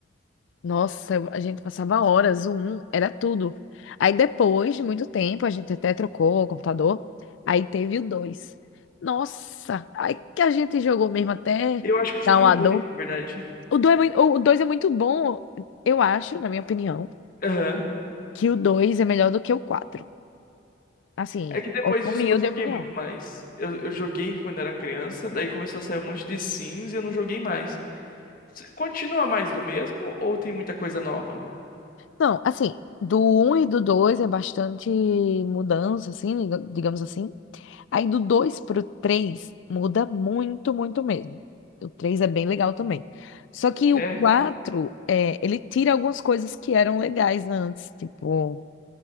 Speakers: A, on the left; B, on the left.
A: Nossa, eu- a gente passava horas, o um era tudo. Aí depois de muito tempo, a gente até trocou o computador, aí teve o dois. Nossa, aí que a gente jogou mesmo até
B: Eu acho que eu joguei
A: dar uma
B: o 2,
A: dor.
B: na verdade.
A: O dois é mui- o dois é muito bom, eu acho, na minha opinião,
B: Aham.
A: que o dois é melhor do que o quatro. Assim,
B: É que depois
A: humilde
B: disso eu não joguei
A: opinião.
B: muito mais. Eu, eu joguei quando era criança, daí começou a sair um monte de Sims e eu não joguei mais. S- Continua mais do mesmo ou tem muita coisa nova?
A: Não, assim, do um e do 2 é bastante mudança, assim, diga- digamos assim. Aí do 2 pro 3 muda muito, muito mesmo. O 3 é bem legal também. Só que
B: É,
A: o 4 é, ele tira algumas coisas que eram legais antes, tipo.